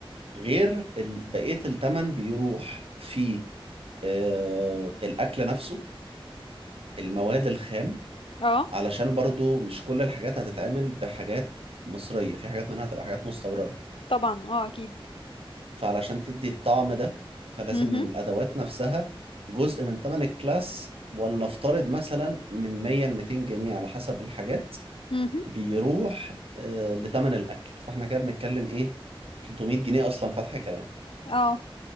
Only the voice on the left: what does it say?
اه
طبعا اه اكيد
مهم.
مهم.
اه